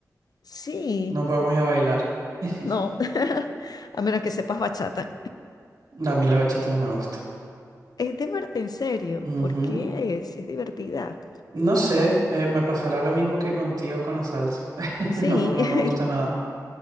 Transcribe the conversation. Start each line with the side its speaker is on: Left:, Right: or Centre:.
Left: Sí,
Right: No podemos ir a bailar. <laughs>
Left: no, <laughs> a menos que sepas bachata.
Right: No, a mí la bachata no me gusta.
Left: Es de verdad, en serio,
Right: Ujú.
Left: ¿por qué es? Es divertida.
Right: No sé, eh, me pasará lo mismo que contigo con la salsa. <laughs>
Left: Sí,
Right: No, no me
Left: <laughs>
Right: gusta
Left: el-
Right: nada.